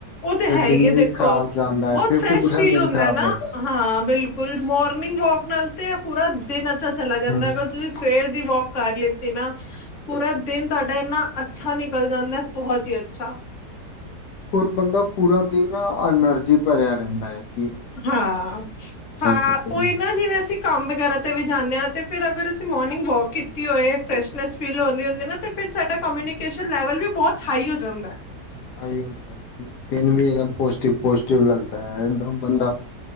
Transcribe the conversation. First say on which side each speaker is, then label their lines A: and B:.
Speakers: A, on the left (about 50°); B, on the left (about 75°).
A: ਉਹ ਤੇ
B: ਫਿਰ
A: ਹੈ
B: ਦਿਨ
A: ਈ ਏ
B: ਵੀ
A: ਦੇਖੋ
B: ਖ਼ਰਾਬ ਜਾਂਦਾ ਹੈ
A: ਬਹੁਤ
B: ਫਿਫਟੀ
A: ਫਰੈਸ਼
B: ਪਰਸੈਂਟ
A: ਫੀਲ
B: ਦਿਨ
A: ਹੁੰਦੈ
B: ਖ਼ਰਾਬ
A: ਨਾ
B: ਜਾਂਦਾ
A: ਹਾਂ ਬਿਲਕੁਲ ਕੁੱਲ ਮੋਰਨਿੰਗ ਵੋਕ ਨਾਲ ਤੇ ਪੂਰਾ ਦਿਨ ਅੱਛਾ ਚਲਾ
B: ਹੈ।
A: ਜਾਂਦੈ, ਅਗਰ ਤੁਸੀਂ ਸਵੇਰ ਦੀ ਵੋਕ ਕਰ ਲਿੱਤੀ ਨਾ ਪੂਰਾ ਦਿਨ ਤੁਹਾਡਾ ਇੰਨਾ ਅੱਛਾ ਨਿਕਲ ਜਾਂਦੈ ਬਹੁਤ ਹੀ ਅੱਛਾ।
B: ਔਰ ਬੰਦਾ ਪੂਰਾ ਦਿਨ ਨਾ ਐਨਰਜੀ ਭਰਿਆ ਰਹਿੰਦੈ ਏ।
A: ਹਾਂ-ਹਾਂ
B: ਚੱਕਰ ਹੈ।
A: ਉਹੀ ਨਾ ਜਿਵੇਂ ਅਸੀਂ ਕੰਮ ਵਗੈਰਾ ਤੇ ਵੀ ਜਾਂਨੇ ਆਂ ਤੇ ਫੇਰ ਅਗਰ ਅਸੀਂ ਮੋਰਨਿੰਗ ਵੋਕ ਕੀਤੀ ਹੋਏ ਫਰੈਸ਼ਸ਼ਨੈਸ ਫੀਲ ਹੋ ਰੀ ਹੁੰਦੀ ਨਾ ਤੇ ਫੇਰ ਸਾਡਾ ਕਮਿਊਨੀਕੇਸ਼ਨ ਲੈਵਲ ਵੀ ਬਹੁਤ ਹਾਈ ਹੋ ਜਾਂਦੈ।
B: ਆਹੀ ਹੁੰਦੈ ਕਿ ਦਿਨ ਵੀ ਪੋਜਟੀਵ ਪੋਜਟੀਵ ਲੱਗਦੈ, ਅੰਦਰੋਂ ਬੰਦਾ